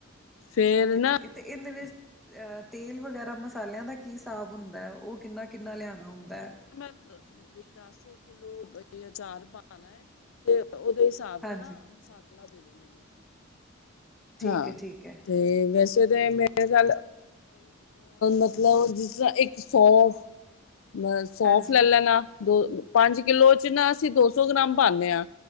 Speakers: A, on the left; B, in the centre.
A: ਫੇਰ
B: ਠੀਕ ਹੈ
A: ਨਾ
B: ਠੀਕ ਹੈ ਤੇ ਇਹਦੇ ਵਿੱਚ ਤੇਲ ਵਗੈਰਾ ਮਸਾਲਿਆਂ ਦਾ ਕੀ ਹਿਸਾਬ ਹੁੰਦਾ ਹੈ ਉਹ ਕਿੰਨਾ ਕਿੰਨਾ ਲਿਆਉਣਾ ਹੁੰਦਾ ਹੈ।
A: ਮੈਂ ਵੀ ਦਸ ਕਿਲੋ ਅਚਾਰ ਪਾਨਾ ਹੈ ਤੇ ਉਹਦੇ ਹਿਸਾਬ
B: ਹਾਂਜੀ
A: ਦਾ ਨਾ ਮਸਾਲਾ ਦੇ ਦੋ ਮੈਨੂੰ।
B: ਠੀਕ
A: ਹਾਂ
B: ਹੈ ਠੀਕ ਹੈ
A: ਤੇ ਵੈਸੇ ਤਾਂ ਮੇ ਇਹ ਗੱਲ ਮਤਲਬ ਜਿਸ ਤਰ੍ਹਾਂ ਇੱਕ ਸੌਂਫ ਬਸ ਸੌਂਫ
B: ਹਾਂਜੀ-ਹਾਂਜੀ
A: ਲੈ ਲੈਣਾ ਦੋ ਪੰਜ ਕਿੱਲੋ ਚ ਨਾ ਅਸੀਂ ਦੋ ਸੌ ਗ੍ਰਾਮ ਪਾਨੇ ਹਾਂ।